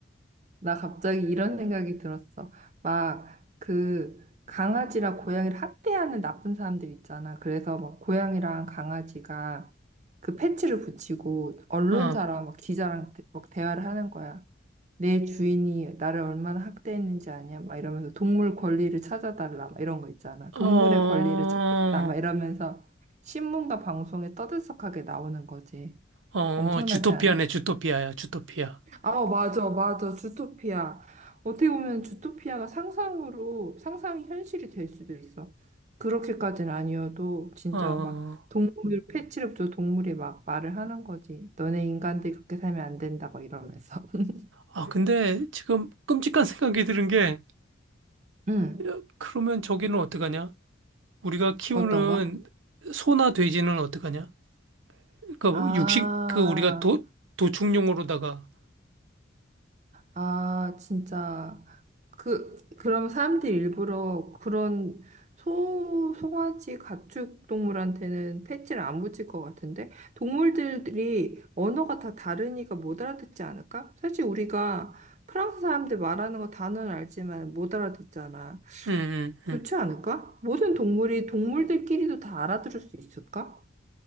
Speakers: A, on the right; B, on the right.
A: 나 갑자기 이런 생각이 들었어. 막 그 강아지랑 고양이를 학대하는 나쁜 사람들 있잖아. 그래서 막 고양이랑 강아지가 그 패치를 붙이고 언론사랑
B: 어
A: 막 기자랑 대- 막 대화를 하는 거야. 내 주인이 나를 얼마나 학대했는지 아냐? 막 이러면서 동물 권리를 찾아달라. 막 이런 거 있잖아. 동물의
B: 어.
A: 권리를 찾겠다. 막 이러면서 신문과 방송에 떠들썩하게 나오는 거지.
B: 어,
A: 엄청나지
B: 어, 주토피아네,
A: 않아?
B: 주토피아야, 주토피아.
A: 아, 맞아, 맞아. 주토피아. 어떻게 보면 주토피아가 상상으로, 상상이 현실이 될 수도 있어. 그렇게까지는 아니어도, 진짜
B: 어, 어.
A: 막, 동물, 패치력조 동물이 막 말을 하는 거지. 너네 인간들 그렇게 살면 안 된다, 막 이러면서. <laughs>
B: 아, 근데 지금 끔찍한 <laughs> 생각이 드는 게,
A: 응,
B: 야, 그러면 저기는 어떡하냐? 우리가 키우는
A: 어떤 거?
B: 소나 돼지는 어떡하냐? 그
A: 아,
B: 육식, 그 우리가 도, 도축용으로다가,
A: 아, 진짜. 그, 그럼 사람들이 일부러 그런 소, 송아지 가축 동물한테는 패치를 안 붙일 것 같은데? 동물들이 언어가 다 다르니까 못 알아듣지 않을까? 사실 우리가 프랑스 사람들 말하는 거 단어는 알지만 못 알아듣잖아.
B: 음, 음,
A: 그렇지
B: 음.
A: 않을까? 모든 동물이 동물들끼리도 다 알아들을 수 있을까?